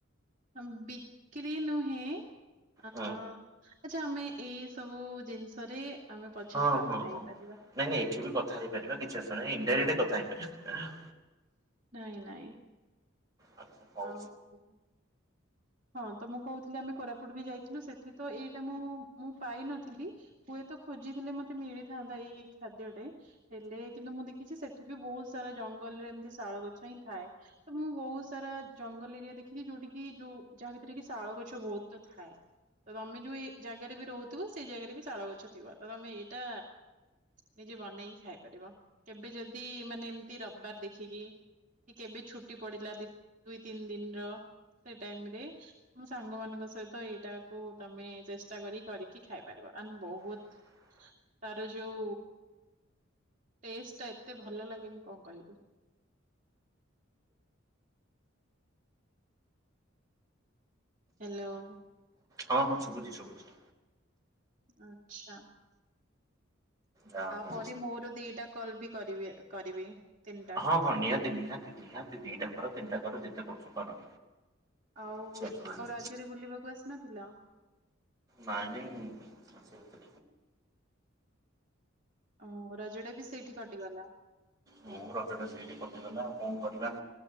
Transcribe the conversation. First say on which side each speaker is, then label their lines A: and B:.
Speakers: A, on the right; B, on the right.
A: ହମ୍ ବିକ୍ରି ନୁହେଁ ଆଁ
B: ହଁ
A: ଆଛା ଆମେ ଏଇ ସବୁ ଜିନିଷରେ ଆମେ ପଛରେ
B: ହଁ
A: କଥା
B: ହଁ
A: ହେଇପାରିବା।
B: ହଁ ନାଇଁ ନାଇଁ ଏଠି ବି କଥା ହେଇପାରିବା କିଛି ଅସୁ ନାହିଁ। ଇନ୍‌ଡାଇରେକ୍ଟ କଥା ହେଇପାରିବା।
A: ନାଇଁ ନାଇଁ।
B: ଆଚ୍ଛା ହଉ
A: ଆଉ ହଁ ତ ମୁଁ କହୁଥିଲି ଆମେ କୋରାପୁଟ ବି ଯାଇଥିଲୁ ସେଠି ତ ଏଇଟା ମୁଁ ମୁଁ ପାଇନଥିଲି। ହୁଏତ ଖୋଜିଥିଲେ ମତେ ମିଳିଥାନ୍ତା ଏଇ ଖାଦ୍ୟଟେ- ହେଲେ କିନ୍ତୁ ମୁଁ ଦେଖିଛି ସେଠି ବି ବହୁତ ସାରା ଜଙ୍ଗଲରେ ଏମିତି ଶାଳ ଗଛ ହିଁ ଥାଏ। ତ ମୁଁ ବହୁତ ସାରା ଜଙ୍ଗଲ ଏରିଆ ଦେଖିଛିି ଯୋଉଠି କିି ଯୋଉ ଯାହା ଭିତରେ କି ଶାଳ ଗଛ ବହୁତ ତ ଥାଏ। ତମେ ଯୋଉ ଇ ଜାଗାରେ ବି ରହୁଥିବ ସେଇ ଜାଗାରେ ବି ତାଳ ଗଛ ଥିବ ତ ତମେ ଏଇଟା ନିଜେ ବନେଇକି ଖାଇ ପାରିବ କେବେ ଯଦି ମାନେ ଏମିତି ରବାର ଦେଖିକି। କେବେ ଛୁଟି ପଡିଲା ଦି ଦୁଇ ତିନି ଦିନ ର ସେ ଟାଇମ ରେ ମୋ ସାଙ୍ଗମାନଙ୍କ ସହିତ ଏଇଟାକୁ ତମେ ଚେଷ୍ଟା କରିକି କରିକି ଖାଇପାରିବ ଆଣ୍ଡ ବହୁତ
B: ହଁ
A: - ତାର ଯୋଉ ଟେଷ୍ଟ ଟା ଏତେ ଭଲ ଲାଗେ ନି କଣ କହିବି। ହ୍ୟାଲୋ।
B: ହଁ ହଁ ଶୁଭୁଛି ଶୁଭୁଛି।
A: ଆଚ୍ଛା।
B: ଯାହା
A: ଆଉ
B: ହଉ
A: ପରେ ମୋର ଦିଟା କଲ ବି କରିବେ କରିବି। ତିନିଟା
B: ହଁ ହଁ ନିହାତି ନିହାତି ନିହାତି ଦିଟା କର ତିନିଟା କର ଯେତେ କରୁଛ କର।
A: ଆଉ
B: କିଛି ଅସୁବିଧା ନାହିଁ
A: ଆଉ ରଜରେ ବୁଲିବାକୁ ଆସିନଥିଲ?
B: ନାଇଁ ନାଇଁ।
A: ଓ ରଜଟା ବି ସେଇଠି କଟିଗଲା?
B: ହୁ ରଜଟା ସେଇଠି କଟିଗଲା ଙ୍ଆଉ କଣ କରିବା।